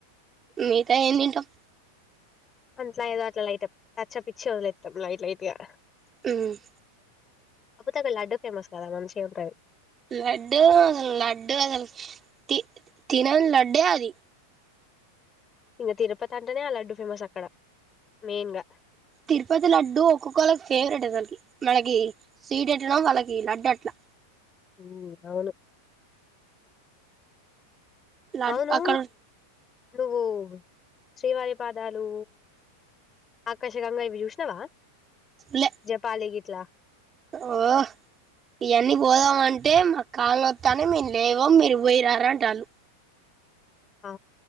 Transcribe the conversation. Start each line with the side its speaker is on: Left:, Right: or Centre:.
Right: మిగతా ఏం తింటాం
Left: అట్లా ఏదో అట్లా లైటప్ టచప్ ఇచ్చి వదిలేత్తం లైట్ లైట్గా
Right: హ్మ్
Left: అప్పుతక లడ్డు ఫేమస్ కదా మంచి <unintelligible>
Right: లడ్డు అసలు లడ్డు అసలు తీ తినని లడ్డే అది
Left: ఇగా తిరుపతి అంటేనే అ లడ్డు ఫేమస్ అక్కడ మెయిన్ గా
Right: తిరుపతి లడ్డు ఒక్కొక్కళ్ళకి ఫేవరెట్ అసల్కి మనకి స్వీట్ ఎట్లనో వాళ్ళకి లడ్డు అట్లా
Left: ఉ అవును
Right: లడ్
Left: అవునూ
Right: అక్కడ
Left: నువ్వు శ్రీవారి పాదాలు ఆకర్షకంగా ఇవి చూసినావా
Right: లే
Left: జపాలి గిట్లా
Right: ఓ ఇయన్నీ పోదామ అంటే మా కాళ్ళ వత్తాన్నాయ్ మేము లేవం మీరు పోయిరార అంటాళ్ళు
Left: ఆ